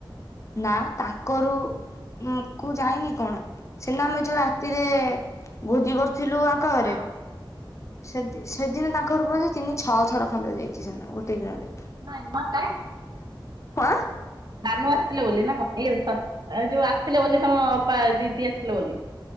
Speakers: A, on the left; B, on the right.
A: ନା ତାଙ୍କରୁ ଉଁ ଯାଇନି କଣ ସିନା ଆମେ ଯୋଉ ରାତିରେ ଭୋଜି କର ଥିଲୁଆଙ୍କ ଘରେ
B: ହଁ
A: ସେ ସେଦିନୁ ତାଙ୍କରୁ ବଧେ ତିନି ଛଅ ଥର ଖଣ୍ଡେ ଯାଇଚି ସେନ ଗୋଟେ ଦିନରେ
B: ନାଇଁ ମର ଟାରେ
A: ଙ୍କ
B: ଭାନୁ ଆସିଥିଲେ ବୋଲି ନା କ ଇଲୋ ସତ୍ ଆଉ ଯୋଉ ଆସ ତିଲେ ବୋଲି ତମ ଅପା ଦିଦି ଆଶ୍ ତିଲେ ବୋଲି